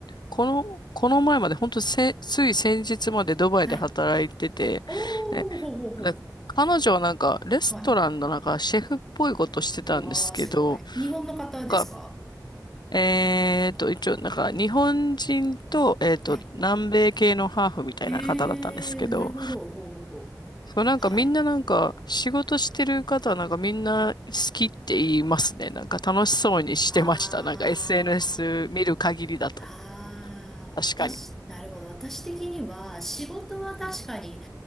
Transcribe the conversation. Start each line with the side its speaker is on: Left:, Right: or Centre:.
Left: この、この前まで、本当せ、つい先日までドバイで働いてて、
Centre: はい。おー、
Left: で、
Centre: ほうほうほ
Left: で彼女はなんか、レストランのなんか、
Centre: う。はい。
Left: シェフっぽいことしてたんですけど、
Centre: わあ、すごい。日本の方ですか
Left: なんか、えーと、一応、なんか、日本人と、えーと、
Centre: はい。
Left: 南米系のハーフみたいな方だったんですけど、
Centre: へえ、なるほど。ほうほうほう。
Left: そう、なんかみんななんか仕事してる方はなんかみんな好きって言いますね。
Centre: はい。
Left: なんか楽しそうにしてました。
Centre: あ
Left: なんか SNS 見る限りだと。
Centre: あ、ああ、
Left: 確かに。
Centre: 私、なるほど。私的には、仕事は確かに
Left: うん。